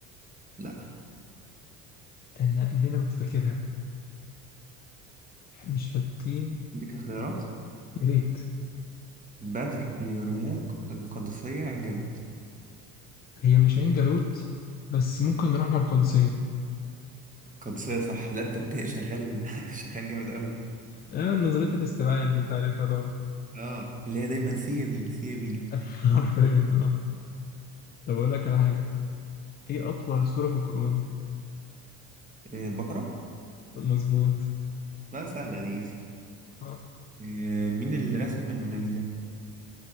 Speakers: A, on the right (about 20°); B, on the left (about 25°).
A: لا
B: استنى دي أنا كنت فاكرها مش حطين
A: اديك خيارات
B: يا ريت
A: بدر اليرموك القادسية عين جالوت
B: هي مش عين جالوت بس ممكن نروح مع القادسية
A: قدسية صح لا انت انت شغال <laughs> شغال جامد قوي
B: آه نظرية الاستبعاد دي أنت عارفها طبعا
A: اه اللي هي دايما سي يا بي سي يا بي
B: <laughs> حرفيا اه طب أقول لك على حاجة إيه أطول سورة في القرآن؟
A: آه، البقرة
B: مظبوط
A: لا سهلة دي ايزي
B: آه.
A: آه، مين اللي رسم الموناليزا